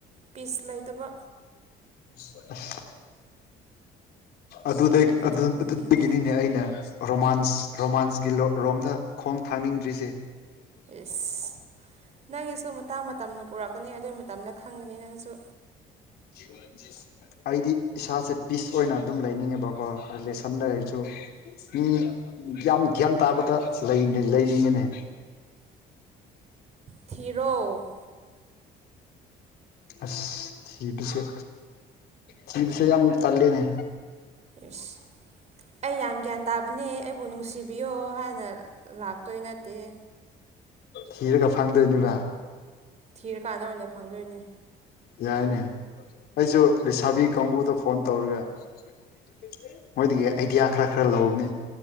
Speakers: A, on the right (about 40°); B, on the left (about 70°).
A: ꯄꯤꯁ ꯂꯩꯇꯕ
B: <inaudible> ꯑꯗꯨꯗꯩ
A: ꯑꯗꯨꯒꯤꯅꯤꯗ
B: ꯑꯗꯨ ꯑꯗꯨꯗꯒꯤꯅꯤꯅꯦ ꯑꯩꯅ ꯔꯣꯃꯥꯟꯁ ꯔꯣꯃꯥꯟꯁꯀꯤ ꯂꯣꯝ ꯔꯣꯝꯗ ꯈꯣꯡ ꯊꯥꯡꯅꯤꯡꯗ꯭ꯔꯤꯁꯦ
A: ꯏꯁ ꯅꯪꯒꯤꯁꯨ ꯃꯇꯥꯡ ꯃꯇꯝꯅ ꯄꯨꯔꯛꯀꯅꯤ ꯑꯗꯨꯏ ꯃꯇꯝꯗ ꯈꯪꯒꯅꯤ ꯅꯪꯁꯨ
B: <unintelligible> ꯑꯩꯗꯤ ꯏꯁꯥꯁꯦ ꯄꯤꯁ ꯑꯣꯏꯅ ꯑꯗꯨꯝ ꯂꯩꯅꯤꯡꯉꯦꯕꯀꯣ ꯔꯤꯂꯦꯁꯟ ꯂꯩꯔꯁꯨ ꯃꯤ ꯌꯥꯝ ꯒ꯭ꯌꯥꯟ ꯇꯥꯕꯗ ꯂꯩ ꯂꯩꯅꯤꯡꯉꯤꯅꯦ
A: ꯊꯤꯔꯣ
B: ꯑꯁ ꯊꯤꯕꯁꯦ ꯊꯤꯕꯁꯦ ꯌꯥꯝ ꯇꯜꯂꯦꯅꯦ
A: ꯏꯁ ꯑꯩ ꯌꯥꯝ ꯒ꯭ꯌꯥꯟ ꯇꯥꯕꯅꯦ ꯑꯩꯕꯨ ꯅꯨꯡꯁꯤꯕꯤꯌꯣ ꯍꯥꯏꯅ ꯂꯥꯛꯇꯣꯏ ꯅꯠꯇꯦꯍꯦ
B: ꯊꯤꯔꯒ ꯐꯪꯗꯣꯏꯅꯤꯕꯥ
A: ꯊꯤꯔꯀꯥꯟꯗ ꯑꯣꯏꯅ ꯐꯪꯗꯣꯏꯅꯦ
B: ꯌꯥꯏꯅꯦ ꯑꯩꯁꯨ ꯂꯩꯁꯥꯕꯤ ꯀꯥꯡꯕꯨꯗ ꯐꯣꯟ ꯇꯧꯔꯒ <unintelligible> ꯃꯣꯏꯗꯒꯤ ꯑꯥꯏꯗꯤꯌꯥ ꯈꯔ ꯈꯔ ꯂꯧꯕꯅꯦ